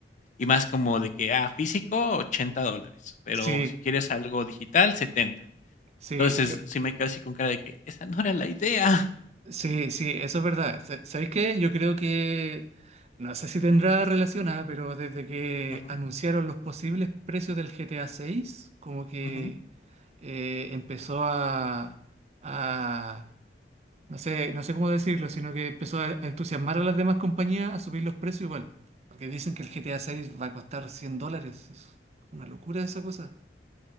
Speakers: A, on the left; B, on the right.
A: y más como de que, ah, físico, 80 dólares, pero
B: sí,
A: si quieres algo digital, setenta
B: sí,
A: Entonces,
B: yo,
A: sí me quedo así con cara de que esa no era la idea.
B: sí, sí, eso es verdad. Sa- ¿Sabéis qué? Yo creo que, no sé si tendrá relacionada, pero desde que
A: <laughs> Ujú,
B: anunciaron los posibles precios del GTA seis, como que...
A: ujú.
B: eh, empezó a, a- no sé, no sé cómo decirlo, sino que empezó a a entusiasmar a las demás compañías a subir los precios igual. Porque dicen que el GTA 6 va a costar 100 dólares. Es una locura esa cosa.